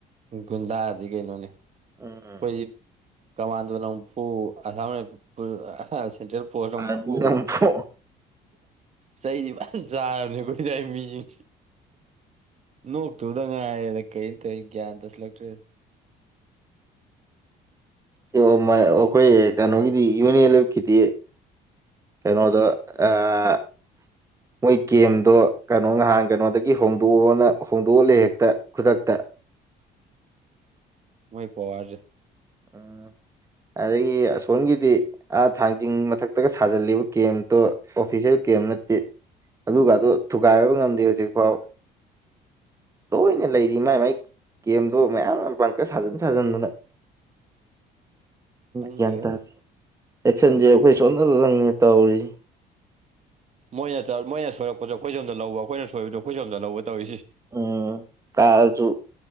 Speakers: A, on the right; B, on the right.
A: ꯒꯨꯟꯗꯥꯗꯤ ꯀꯩꯅꯣꯅꯤ ꯑꯩꯈꯣꯏ
B: ꯎꯝ
A: ꯀꯃꯥꯟꯗꯣꯅ ꯑꯃꯨꯛ ꯐꯨ ꯑꯁꯥꯝ ꯔꯥꯏꯐꯜ ꯁꯦꯟꯇ꯭ꯔꯦꯜ ꯄꯣꯁꯔꯅ
B: ꯑꯥꯔꯃꯤꯅ
A: ꯑꯃꯨꯛ ꯐꯨ
B: ꯑꯃꯨꯛꯐꯥꯎ
A: ꯆꯩꯗꯤ ꯐꯖꯅ ꯆꯥꯔꯕꯅꯦ ꯑꯩꯈꯣꯏꯁꯥꯏ ꯃꯤꯁꯤꯡꯁꯦ ꯅꯣꯛꯇꯧꯗ ꯉꯥꯏꯔꯦꯗ ꯀꯔꯤꯅꯣ ꯇꯧꯔꯤꯁꯦ ꯒ꯭ꯌꯥꯟ ꯇꯥꯁꯤꯂꯛꯇ꯭ꯔꯦ
B: <unintelligible> ꯑꯩꯈꯣꯏ ꯀꯩꯅꯣꯒꯤꯗꯤ ꯌꯨ ꯑꯦꯟ ꯑꯦꯜ ꯑꯦꯐꯀꯤꯗꯤ ꯀꯩꯅꯣꯗꯥ ꯑꯥ__ ꯃꯣꯏ ꯀꯒꯦꯝꯗꯣ ꯀꯩꯅꯣ ꯅꯍꯥꯟ ꯀꯩꯅꯣꯗꯒꯤ ꯍꯣꯡꯗꯣꯛꯑꯣꯅ ꯍꯣꯡꯗꯣꯛꯍꯂ ꯍꯦꯛꯇ ꯈꯨꯗꯛꯇ
A: ꯃꯣꯏ ꯄꯋꯥꯔ ꯁꯦ
B: ꯎꯝ ꯑꯗꯒꯤ ꯑꯁꯣꯝꯒꯤꯗꯤ__ ꯑꯥ ꯊꯥꯡꯖꯤꯡ ꯃꯊꯛꯇꯒ ꯁꯥꯖꯤꯜꯂꯤꯕ ꯀꯦꯝꯇꯣ ꯑꯣꯐꯤꯁꯦꯜ ꯀꯦꯝ ꯅꯠꯇꯦ ꯑꯗꯨꯒ ꯑꯗꯨ ꯊꯨꯒꯥꯏꯕ ꯉꯝꯗꯦ ꯍꯧꯖꯤꯛꯐꯥꯎ ꯂꯣꯏꯅ ꯂꯩꯔꯤ ꯃꯥꯏ ꯃꯥꯏ ꯀꯒꯦꯝꯗꯣ ꯃꯌꯥꯝ ꯄꯥꯡꯀ ꯁꯥꯖꯤꯟ ꯁꯥꯖꯤꯟꯗꯅ
A: ꯈꯪꯗ꯭ꯔꯦ
B: ꯒ꯭ꯌꯥꯟ ꯇꯥꯗꯦ ꯑꯦꯛꯁꯟꯁꯦ ꯑꯩꯈꯣꯏ ꯁꯣꯟꯗꯗꯪꯅꯤ ꯇꯧꯔꯤꯖꯦ
A: ꯃꯣꯏꯅ ꯆ ꯃꯣꯏꯅ ꯁꯣꯏꯔꯛꯄꯁꯨ ꯑꯩꯈꯣꯏ ꯁꯣꯝꯗ ꯂꯧꯕ ꯑꯩꯈꯣꯏꯅ ꯁꯣꯏꯕꯗꯁꯨ ꯑꯩꯈꯣꯏ ꯁꯣꯝꯗ ꯂꯧꯕ ꯇꯧꯔꯤꯁꯤ
B: ꯎꯝ ꯀꯥꯔꯁꯨ